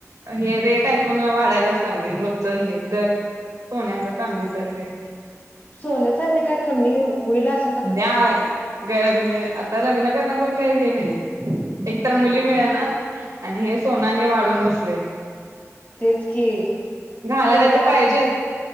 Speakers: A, on the right; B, on the left.
A: हे रेट ऐकून वाढायलाच लागले रोजचं हे दर सोन्याच चांदीचं हे
B: सोन्याच काय कमी होईल अस
A: म्हणजे आता लग्न करण पण काही हे नाही तर मुली
B: नाही
A: मिळेना
B: नाही
A: आणि हे सोनाने वाढून बसले
B: तेच कि
A: घालायला
B: लोक
A: तर
B: आजकाल
A: पाहिजेत